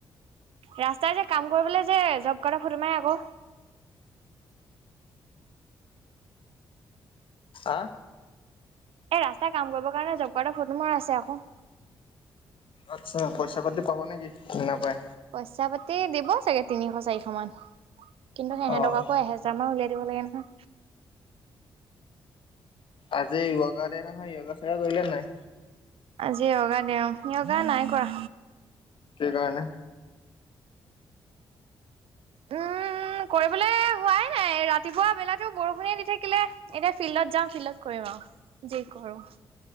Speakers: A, on the right (about 70°); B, on the left (about 60°).
A: ৰাস্তাই যে কাম কৰিবলৈ যে, জব কাৰ্ডৰ ফটো মাৰে আকৌ।
B: আহ।
A: এই ৰাস্তাই কাম কৰিবৰ কাৰণে জব কাৰ্ডৰ ফটো মৰাইছে আকৌ।
B: আচ্ছা, পইচা পাতি পাব নেকি? নাপাই?
A: পইচা পাতি দিব চাগে। তিনিশ চাৰিশ মান, কিন্তু সেহেতক
B: অ'
A: আকৌ এহেজাৰ মান উলিয়াই দিব লাগে নহয়।
B: আজি য়োগা দে নহয়, য়োগা <unintelligible> কৰিলা নাই।
A: আজি য়োগা দে অ', য়োগা নাই কৰা।
B: কি কাৰণে?
A: উম, কৰিবলৈ হোৱাই নাই ৰাতিপুৱা বেলাতো বৰষুণে দি থাকিলে। এতিয়া ফিল্ডত যাম, ফিল্ডত কৰিম আৰু যি কৰোঁ।